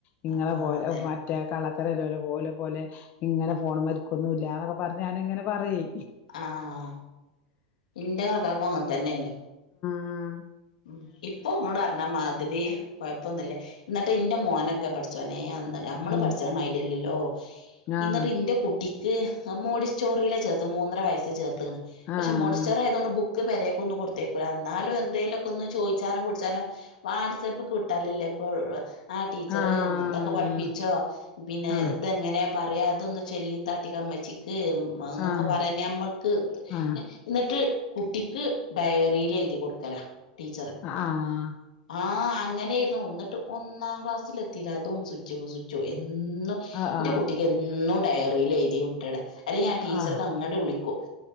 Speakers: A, on the left; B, on the left.
A: നിങ്ങളെ
B: ആഹ്
A: പോലെ
B: അതന്നെ
A: മറ്റേ കള ഇത്രല്ലോല്ലേ പോലെ പോലെ ഇങ്ങനെ ഫോൺ മരിക്കൊന്നുംല്ലന്നൊക്കെ പറഞ്ഞ് ഞാാനിങ്ങനെ പറയി
B: ആഹ് ഇന്റെ കാക്കക്കോ അങ്ങത്തന്നെണ്
A: ആഹ്
B: ഉം ഇപ്പോ ഇങ്ങള് അറിഞ്ഞ മാതിരി കൊഴപ്പൊന്നില്ല ന്നിട്ട് ഇന്റെ മോനൊക്കെ പടച്ചോനെ അ ഞമ്മള്
A: ഉം
B: പഠിച്ചത് മായിരി അല്ലല്ലോ
A: ആഹ്
B: ഇന്നതൂ ഇന്റെ കുട്ടി <unintelligible> സ്റ്റോറിയിലെ ചേർത്ത് മൂന്നര വയസ്സ് ചേർ <unintelligible> പക്ഷെ
A: ആഹ്
B: മോടിച്ചറയതൊ ബുക് പരേക്ക് ഒന്ന് കൊടുത്തേക്കൂല എന്നാലും എന്തേലും ഒന്ന് ചോദിച്ചാനോ കുടിച്ചാനോ വാട്സആപ്പ് കിട്ടലല്ലേ ഇപ്പോ ആ ടീച്ചറ്
A: ആഹ്
B: എന്തൊക്കെ പഠിപ്പിച്ചോ പിന്നെ
A: ആഹ്
B: ഇതെങ്ങനെ പറയാം അതൊന്ന് ചെല്ലി താട്ടിക്ക <unintelligible> <unintelligible> എന്നൊക്കെ
A: ആഹ്
B: പറ ഞമ്മക്ക്
A: ആഹ്
B: എന്നിട്ട് കുട്ടിക്ക് ഡയറിയിൽ എഴുതി കൊടുക്കല ടീച്ചറ്
A: ആഹ്
B: ആഹ് അങ്ങനെ ഇന്ന് തോന്നിട്ട് ഒന്നാം ക്ലാസ്സൽ എത്തില്ല അതും സ്ച്ചോ <unintelligible> എന്നും
A: ആഹ്
B: എന്റെ കുട്ടിക്ക് എന്നും ഡയ <unintelligible> എഴുതി മുട്ടട അല്ലേ ഞാൻ ടീച്ചർക്ക്
A: ആഹ് ആഹ്
B: അങ്ങട്ട വിളിക്കും